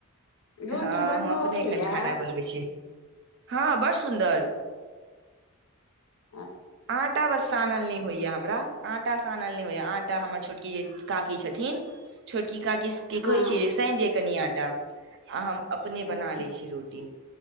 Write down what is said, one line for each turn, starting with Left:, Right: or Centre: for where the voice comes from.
Left: रोटी
Right: हँ
Left: बनबऽ
Right: हम अपने
Left: अबैया
Right: एखन खाना बनबै छीयै हँ बड़ सुन्दर
Left: अ
Right: आटा वस सानल नइ होइया हमरा आटा सानल नइ होइया आटा हमर छोटकी काकी छथिन छोटकी काकी किस की
Left: हँ
Right: कहै छी जे साइन दिय कनि आटा आ हम अपने बना
Left: अच्छा
Right: लै छी रोटी